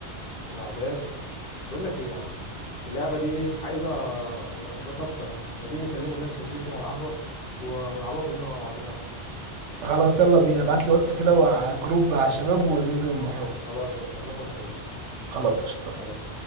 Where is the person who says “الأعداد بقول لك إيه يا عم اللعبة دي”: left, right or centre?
Left